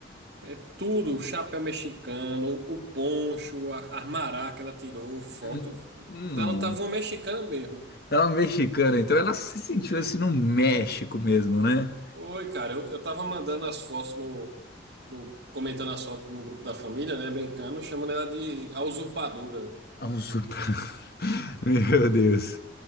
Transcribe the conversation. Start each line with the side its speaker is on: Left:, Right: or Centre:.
Right: é tudo, o chapéu mexicano, o poncho, a, a maraca que ela tirou, foto
Left: Hum, Não.
Right: dela tava uma mexicana mesmo.
Left: Ela é mexicana, então ela se sentiu
Right: É,
Left: assim no México mesmo, né?
Right: Oi, cara, eu, eu tava mandando as fotos no, no- comentando as fotos no grupo da família, né? Brincando, chamando ela de a usurpadora.
Left: A usurpa- <laughs> Meu Deus.